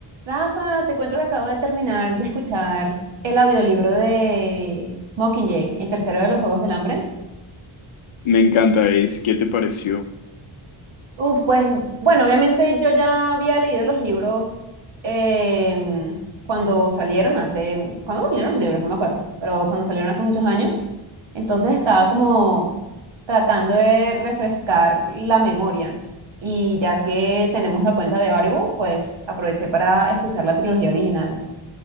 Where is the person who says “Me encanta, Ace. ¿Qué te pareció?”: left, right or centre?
Left